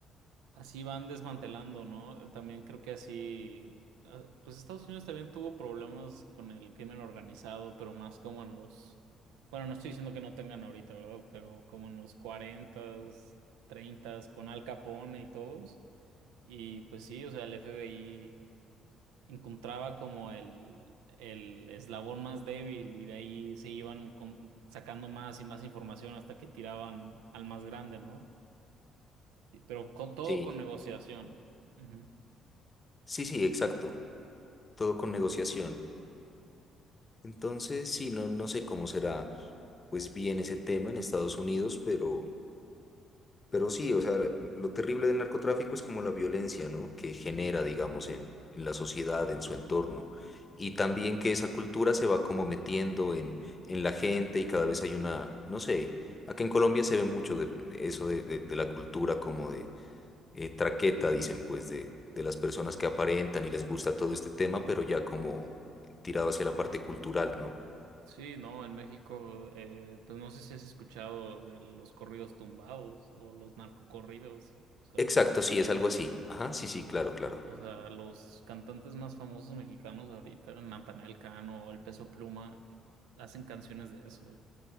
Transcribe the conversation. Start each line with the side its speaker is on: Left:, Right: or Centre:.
Right: Así van desmantelando, ¿no? También creo que así, ah, pues Estados Unidos también tuvo problemas con el crimen organizado, pero más como en los, bueno, no estoy diciendo que no tengan ahorita, ¿verdad? Pero como en los cuarentas, treintas, con Al Capone y todos. Y pues sí, o sea, el FBI encontraba como el, el eslabón más débil y de ahí se iban con- sacando más y más información hasta que tiraban al más grande, ¿no? Y- Pero con todo
Left: Sí.
Right: con negociación. Ujú.
Left: Sí, sí, exacto. Todo con negociación. Entonces, sí, no, no sé cómo será pues bien ese tema en Estados Unidos, pero... Pero sí, o sea, lo terrible del narcotráfico es como la violencia, ¿no? Que genera, digamos, en, en la sociedad, en su entorno. Y también que esa cultura se va como metiendo en, en la gente y cada vez hay una, no sé, acá en Colombia se ve mucho de eso de, de- de la cultura como de eh, traqueta, dicen, pues, de, de las personas que aparentan y les gusta todo este tema, pero ya como tirado hacia la parte cultural, ¿no?
Right: Sí, no, en México, eh, pues no sé si has escuchado de los corridos tumbados o los narcocorridos. O sea,
Left: Exacto, sí, es algo así. Ajá, sí, sí, claro, claro.
Right: o sea, los cantantes más famosos mexicanos ahorita, Natanael Cano o El Peso Pluma, eh, hacen canciones de eso.